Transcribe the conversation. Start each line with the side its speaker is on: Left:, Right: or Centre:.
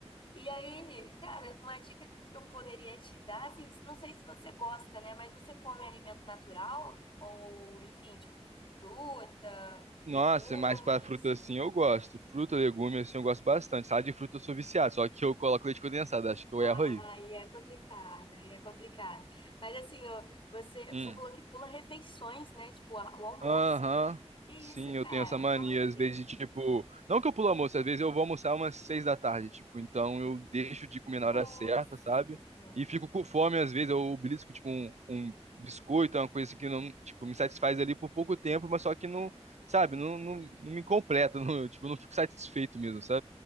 Left: E aí, cara, uma dica que eu poderia te dar, assim, não sei se você gosta, né? Mas você come alimento natural? Ou, enfim, tipo, fruta,
Right: Nossa,
Left: legumes?
Right: mas pra fruta assim eu gosto. Fruta, legume assim eu gosto bastante. Salada de fruta eu sou viciado, só que eu coloco leite condensado, acho que eu
Left: Aí
Right: erro aí.
Left: é complicado, aí é complicado. Mas assim, ó, você, você
Right: Hum.
Left: falou que pula refeições, né? Tipo, a- o almoço.
Right: Aham.
Left: Que isso,
Right: Sim,
Left: cara?
Right: eu tenho essa mania,
Left: Como assim?
Right: às vezes, de tipo. Não que eu pulo almoço, às vezes eu vou almoçar umas seis da tarde, tipo, então eu deixo de comer na
Left: Nossa
Right: hora certa, sabe?
Left: Senhora.
Right: E fico com fome, às vezes, eu belisco, tipo, um, um biscoito, uma coisa assim que não, tipo, me satisfaz ali por pouco tempo, mas só que não, sabe, não, não, não me completa, <laughs> não, tipo, eu não fico satisfeito mesmo,